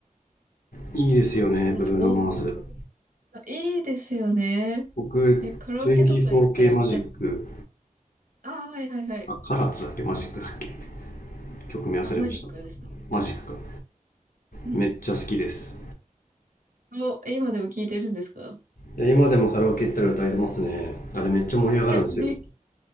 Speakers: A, on the left; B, on the right.
A: いいいですよねブルーノ・
B: あなんか、お、うん、
A: マーズ
B: いいですよね。
A: 僕
B: で、カラオケとか行ったら歌、
A: 24K マジック
B: ああ、はいはいはい。
A: あカラッツだっけマジックだっけ曲名忘れました
B: あ、マジックですね。
A: マジックか
B: うん。
A: めっちゃ好きです
B: お、今でも聞いてるんですか
A: いや今でもカラオケ行ったら歌えてますねあれめっちゃ盛り上がるんですよ
B: え、